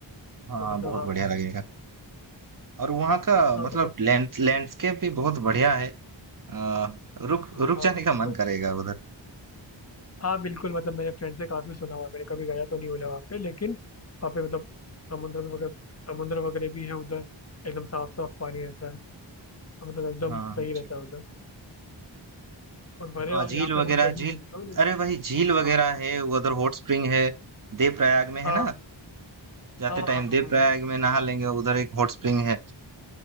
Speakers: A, on the right; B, on the left.
A: हाँ
B: तो मतलब
A: बहुत
B: हाँ
A: बढ़िया लगेगा और वहाँ का
B: हाँ
A: मतलब
B: तो मतलब
A: लैंड लैंडस्केप भी बहुत बढ़िया है आ, रुक
B: हाँ
A: रुक
B: हाँ
A: जाने
B: तो-
A: का मन करेगा उधर
B: हाँ बिल्कुल मतलब मैंने फ्रेंड से काफ़ी सुना हुआ है मैंने कभी गया तो नहीं हुआ वहाँ पे लेकिन वहाँ पे मतलब समुद्र वगैरह समुद्र वगैरह भी है उधर एकदम साफ साफ पानी रहता है तो मतलब एकदम
A: हाँ
B: सही रहता
A: ठीक
B: है उधर और भले
A: हाँ
B: वहाँ-
A: झील
B: यहाँ
A: वगैरह
B: पे बहुत गर्मी
A: झील
B: लग रही हो लेकिन
A: अरे वही झील वगैरह
B: हाँ
A: है उधर हॉट स्प्रिंग है देव प्रयाग में है
B: हाँ
A: ना जाते
B: हाँ
A: टाइम
B: हाँ
A: देव
B: हाँ
A: प्रयाग में नहा लेंगे उधर एक हॉट स्प्रिंग है